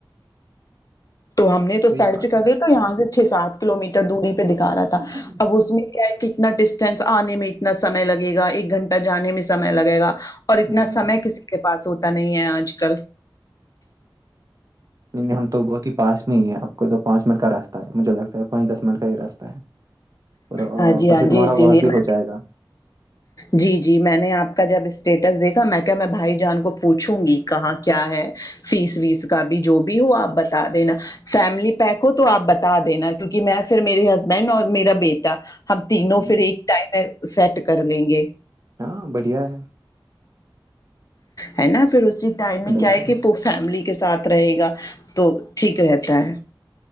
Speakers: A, on the left; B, on the right.
A: تو ہم نے تو
B: کوئی
A: سرچ
B: بات
A: کرے تو یہاں سے چھ سات کلو میٹر دوری پہ دکھا رہا
B: نہیں
A: تھا اب اس میں کیا ہے کتنا ڈسٹینس آنے میں اتنا سمئے لگے گا ایک گھنٹہ جانے میں سمے لگے گا اور اتنا
B: ہ
A: سمے کسی کے پاس ہوتا نہیں ہے آج کل
B: نہیں نہیں ہم تو بہت ہی پاس میں ہی ہے آپ کو تو پانچ منٹ کا راستہ ہے مجھے لگتا ہے پانچ دس منٹ کا یہ راستہ ہے اور آ،
A: ہاں
B: اوپر
A: جی ہاں
B: سے
A: جی
B: تمہارا
A: اسی
B: واک
A: لیے
B: بھی ہو جائے گا
A: جی جی میں نے آپ کا جب اسٹیٹس دیکھا میں کیا میں بھائی جان کو پوچھوں گی کہاں کیا ہے فیس ویس کا بھی جو بھی ہو آپ بتا دینا فیملی پیک ہو تو آپ بتا دینا کیونکہ میں پھر میررے ہسبینڈ اور میرا بیٹا ہم تینوں پھر
B: ہوں،
A: ایک ٹائم سیٹ کر لیں گے
B: ہاں بڑھیا ہے
A: ہے نا پھر اسی ٹائم میں
B: بالکل
A: کیا ہے کہ فیملی کے ساتھ رہے گا تو ٹھیک رہتا ہے